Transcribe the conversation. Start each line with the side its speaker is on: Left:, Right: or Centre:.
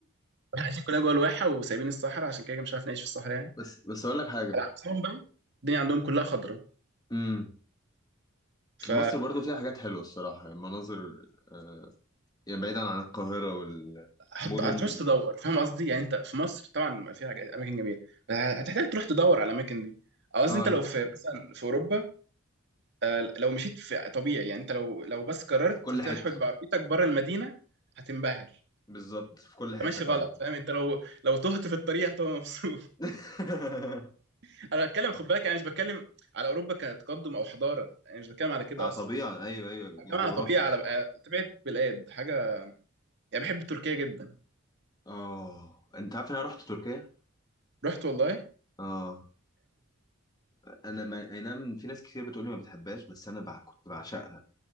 Right: احنا عايشين كلنا جوه الواحة وسايبين الصحراء عشان كده كده مش عارف نعيش في الصحراء يعني
Left: بس بس اقول لك حاجه
Right: على عكسهم بقى الدنيا عندهم كلها خضرة
Left: امم
Right: ف
Left: مصر برضو فيها حاجات حلوه الصراحه المناظر آه يعني بعيدا عن القاهره
Right: هت-
Left: والمدن
Right: هتعوز تدور فاهم قصدي يعني انت في مصر طبعا في حاجات- اماكن جميله بس هتحتاج تروح تدور على الاماكن دي أو قصدي
Left: اه
Right: انت لو في مثلا في اوروبا آه، لو مشيت في طبيعي يعني انت لو لو بس قررت
Left: في كل
Right: تحود
Left: حته
Right: بعربيتك بره المدينه هتنبهر
Left: بالظبط في كل حته
Right: ماشي
Left: فعلا
Right: غلط فاهم انت لو لو تهت في الطريق هتبقى مبسوط
Left: <laughs>
Right: <laughs> انا بتكلم خد بالك انا مش بتكلم على اوروبا كتقدم او حضاره انا مش بتكلم على كده
Left: اه
Right: اصلا
Left: طبيعي ايوه ايوه الجغرافيا
Right: انا بتكلم على طبيعه على بقى- طبيعه بلاد حاجه يعني بحب تركيا جدا
Left: اه انت عارف ان انا رحت تركيا
Right: رحت والله
Left: اه انا ما... اي نعم في ناس كتير بتقول لي ما بتحبهاش بس انا بع... كنت بعشقها